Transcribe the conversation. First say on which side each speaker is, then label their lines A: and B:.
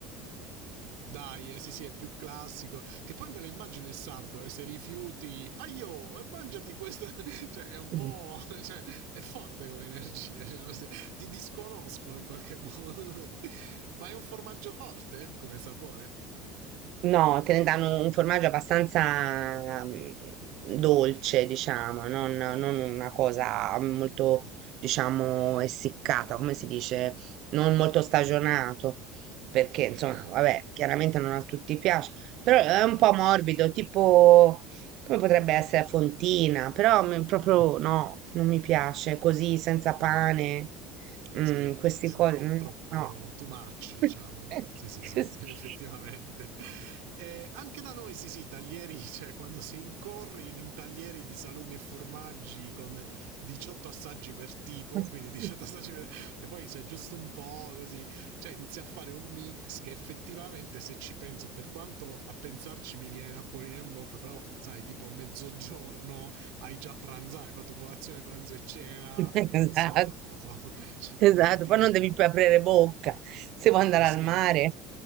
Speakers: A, on the right; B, on the right.
A: Dai, eh, sì, sì, è più classico. Che poi me lo immagino il sardo, eh, se rifiuti, aio, e mangiati questa. <laughs> cioè, è un
B: <laughs>
A: po'. <laughs> cioè, è forte come energia. cioè, se- ti disconoscono in qualche modo. <laughs> Ma è un formaggio forte come sapore?
B: No, te ne danno un formaggio abbastanza mm, dolce, diciamo, non, non
A: Mm,
B: una cosa molto, diciamo, essiccata, come si dice, non molto stagionato, perché insomma,
A: ok.
B: vabbè, chiaramente non a tutti piace, però è un po' morbido, tipo come potrebbe essere a fontina, però mi- proprio no, non mi piace così, senza
A: Sì.
B: pane, mm,
A: Sì,
B: queste
A: sì,
B: cose,
A: un po'
B: mm,
A: troppo
B: no.
A: too much, diciamo.
B: <laughs>
A: Sì, sì, sì,
B: Sì.
A: <laughs> effettivamente. E anche da noi, sì, sì, taglieri, <laughs> cioè quando si incorri in, in taglieri di salumi e formaggi con 18 assaggi per tipo,
B: <laughs>
A: quindi <laughs> 18 assaggi per... e poi sai, giusto un po' così, cioè inizi a fare un mix che effettivamente se ci penso, per quanto a pensarci mi viene l'acquolina in bocca, però sai, tipo a mezzogiorno hai già pranzato, hai fatto colazione, pranzo e cena
B: Esatto,
A: in un solo, <laughs> cioè
B: esatto.
A: un tantino.
B: Poi non devi più aprire bocca se vuoi andare
A: Sì,
B: al mare.